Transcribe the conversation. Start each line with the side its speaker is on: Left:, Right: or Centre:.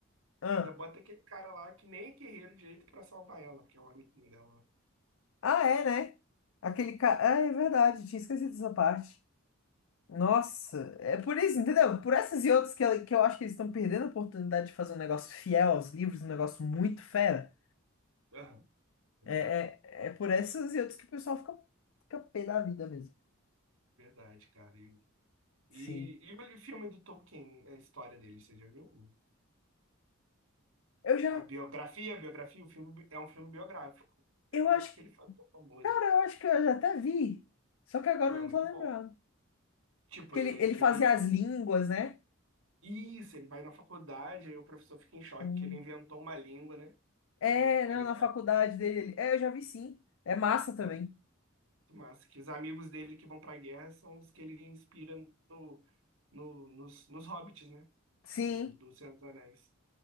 Left: Ah,
Right: Ainda bota aquele cara lá que nem é guerreiro direito pra salvar ela, porque é o amiguinho dela.
Left: ah, é, né? Aquele cara. Ah, é verdade, tinha esquecido dessa parte. Nossa, é por isso, entendeu? Por essas e outras que, ela- que eu acho que eles estão perdendo a oportunidade de fazer um negócio fiel aos livros, um negócio muito fera.
Right: Aham, Pois
Left: É,
Right: é,
Left: é, é por essas e outras que o pessoal fica, fica pé da vida mesmo.
Right: verdade, cara. E,
Left: Sim.
Right: e, e o filme do Tolkien, a história dele, você já viu?
Left: Eu já.
Right: A biografia, a biografia, o filme bi- é um filme biográfico. É,
Left: Eu
Right: até
Left: acho
Right: com aquele fator famoso.
Left: Cara, eu acho que eu já até vi. Só que agora
Right: Pô,
Left: eu
Right: é muito
Left: não tô lembrando.
Right: bom. Tipo,
Left: Que
Right: é
Left: ele, ele
Right: aquele.
Left: fazia as línguas, né?
Right: Isso, ele vai na faculdade, aí o professor fica em choque
Left: Hum.
Right: que ele inventou uma língua, né?
Left: É,
Right: Ele inventou
Left: não,
Right: a língua.
Left: na faculdade dele. ele- É, eu já vi sim. É massa também.
Right: Pô, muito massa. Que os amigos dele que vão pra guerra são os que ele inspira no, no- nos, nos hobbits, né?
Left: Sim.
Right: do, do Senhor dos Anéis.